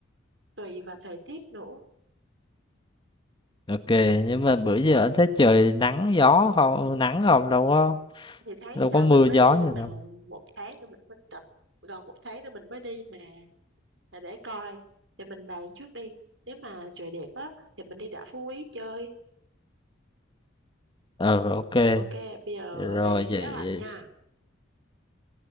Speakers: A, on the right; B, on the left.
A: tùy vào thời tiết nữa
B: Ok, nhưng mà bữa giờ anh thấy trời nắng gió không? Nắng không đâu có
A: thì tháng
B: đâu
A: sau
B: có mưa
A: mình mới
B: gió
A: đi
B: gì
A: mà
B: đâu.
A: một tháng nữa mình mới tập gần một tháng nữa mình mới đi mà là để coi thì mình bàn trước đi nếu mà trời đẹp á thì mình đi đảo Phú Quý chơi
B: Ờ, ok.
A: ok bây giờ
B: Rồi
A: bàn
B: vậy
A: kế hoạch nha